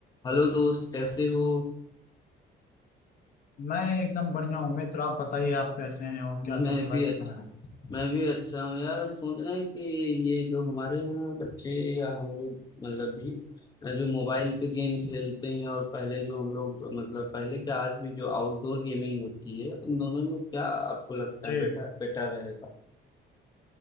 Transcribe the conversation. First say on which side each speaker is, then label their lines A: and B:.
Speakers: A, on the left; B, on the left.
A: Hello दोस्त कैसे हो
B: मैं एकदम बढ़िया हूँ मित्र आप बताइए आप कैसे हैं और क्या चल
A: मैं
B: रहा
A: भी
B: है इस
A: अच्छा
B: समय
A: मैं भी अच्छा हूँ यार हम सोच रहे हैं कि ये जो हमारे यहाँ बच्चे या हम लोग मतलब भी जो मोबाइल पे गेम खेलते हैं और पहले जो हम लोग मतलब पहले क्या आज भी जो आउटडोर गेमिंग होती है उन दोनों में क्या आपको लगता
B: जी
A: है बेटा बेटा रहेगा